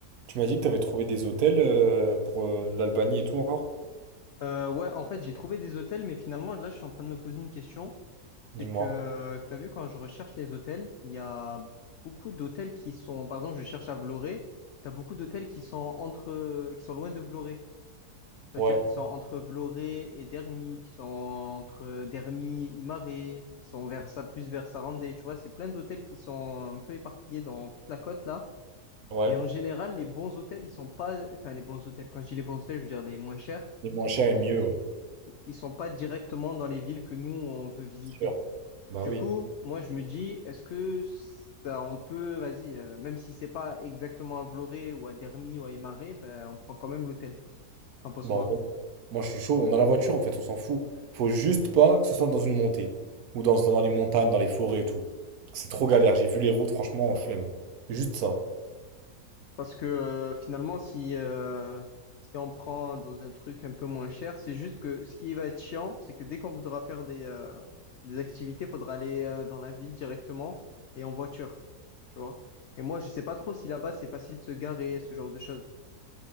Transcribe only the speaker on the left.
Euh, ouais, en fait, j'ai trouvé des hôtels, mais finalement, là, je suis en train de me poser une question.
C'est que, tu as vu, quand je recherche les hôtels, il y a beaucoup d'hôtels qui sont, par exemple, je cherche à Vloré, tu as beaucoup d'hôtels qui sont entre, qui sont loin de Vloré. C'est-à-dire
qu'ils sont entre Vloré et Dermy, qui sont entre Dermy, Imaré, qui sont vers ça, plus vers Sarandé. Tu vois, c'est plein d'hôtels qui sont un peu éparpillés dans toute la côte, là.
Et en général, les bons hôtels, ils sont pas, enfin, les bons hôtels, quand je dis les bons hôtels, je veux dire les moins chers.
Ils
sont
ils sont pas directement dans les villes que nous on veut visiter.
Du
coup, moi je me dis, est-ce que ça, on peut, vas-y, euh, même si c'est pas exactement à Vloré ou à Dermy ou à Imare, ben, on prend quand même l'hôtel. T'en penses
quoi?
Parce que euh, finalement, si, euh, si on prend dans un truc un peu moins cher, c'est juste que ce qui va être chiant, c'est que dès qu'on voudra faire des, euh, des activités, il faudra aller euh, dans la ville directement et en voiture. Tu vois? Et moi, je sais pas trop si là-bas c'est facile de se garer, ce genre de choses.